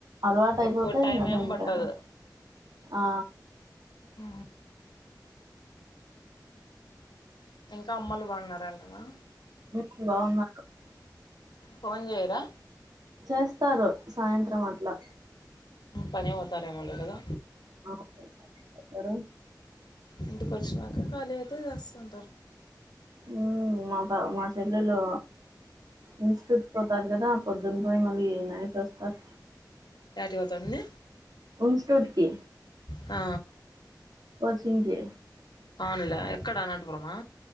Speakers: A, on the right; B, on the left.
A: అలవాటు అయిపోతే
B: ఎక్కువ టైం
A: ఇంగ తింటారు
B: ఏం పట్టదు
A: ఆ
B: ఉ ఇంకా అమ్మలు బాగున్నారంటనా
A: ఉ బాగున్నారు
B: ఫోన్ చేయరా
A: చేస్తారు సాయంత్రం అట్లా
B: పని పోతారేమో లే కదా
A: ఆ ఎర
B: ఇంటికి వచ్చినాక ఖాళీ అయితే చేస్తుంటారు.
A: ఊ మా మా చెల్లెలు ఇన్స్టు పోతాది కదా పొద్దున్న పోయి మళ్ళీ నైట్ వస్తారు
B: యాటికి పోతంది?
A: ఇన్‌స్టిట్యూట్‌కి
B: ఆ
A: కోచింగ్‌కి
B: అవునులే. ఎక్కడ అనంతపురమా?